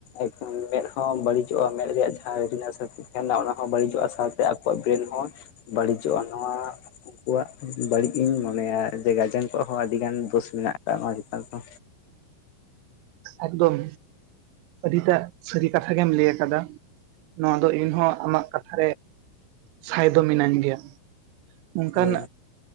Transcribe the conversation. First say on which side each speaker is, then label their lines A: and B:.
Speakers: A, on the left; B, on the right.
A: ᱮᱠᱫᱚᱢ ᱢᱮᱫ ᱦᱚᱸ ᱵᱟᱹᱲᱤᱡᱚᱜᱼᱟ ᱢᱮᱫ ᱨᱮᱭᱟᱜ ᱡᱟᱦᱟᱸ ᱨᱮᱴᱤᱱᱟ ᱛᱟᱦᱮᱱᱟ ᱚᱱᱟ ᱦᱚᱸ ᱵᱟᱹᱲᱤᱡᱚᱜᱼᱟ ᱥᱟᱶᱛᱮ ᱟᱠᱚᱣᱟᱜ ᱵᱨᱮᱱ ᱦᱚᱸ ᱵᱟᱹᱲᱤᱡᱚᱜᱼᱟ ᱱᱚᱣᱟ ᱩᱱᱠᱩᱣᱟᱜ ᱵᱟᱹᱲᱤᱡ ᱤᱧ ᱢᱚᱱᱮᱭᱟ ᱡᱮ ᱜᱟᱨᱡᱮᱱ ᱠᱚᱣᱟᱜ ᱦᱚᱸ ᱟᱹᱰᱤ ᱜᱟᱱ ᱫᱳᱥ ᱢᱮᱱᱟᱜ ᱠᱟᱜ-ᱟ ᱱᱚᱣᱟ ᱪᱮᱛᱟᱱ ᱫᱚ
B: ᱮᱠᱫᱚᱢ ᱟᱹᱰᱤᱴᱟᱜ ᱥᱟᱹᱨᱤ ᱠᱟᱛᱷᱟ ᱜᱮᱢ ᱞᱟᱹᱭ ᱟᱠᱟᱫᱟ ᱱᱚᱣᱟ ᱫᱚ ᱤᱧᱦᱚᱸ ᱟᱢᱟᱜ ᱠᱟᱛᱷᱟ ᱥᱟᱭᱫᱚ ᱢᱤᱱᱟᱹᱧ ᱜᱮᱭᱟ᱾ ᱚᱱᱠᱟᱱ
A: ᱦᱳᱭ